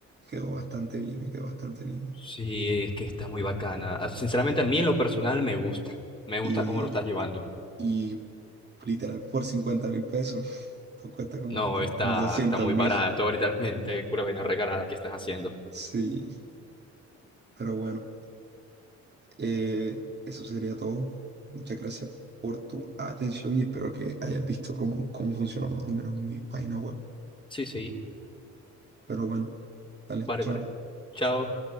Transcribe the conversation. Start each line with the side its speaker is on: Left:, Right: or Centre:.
Right: quedó bastante bien, me quedó bastante linda.
Left: Sí, es que está muy bacana. Ah, Sinceramente, a mí en lo personal me gusta. Me gusta
Right: Y,
Left: cómo lo estás llevando.
Right: y literal, por cincuenta mil pesos, <laughs> tú cuesta como
Left: No, está,
Right: doscientos
Left: está muy
Right: mil.
Left: barato literalmente. Cura <laughs> vaina regalada que estás haciendo.
Right: Sí. Pero bueno, eh, eso sería todo. Muchas gracias por tu atención y espero que hayas visto cómo, cómo funciona más o menos mi página web.
Left: Sí, sí.
Right: Pero bueno, dale,
Left: Vale,
Right: chao.
Left: vale. Chao.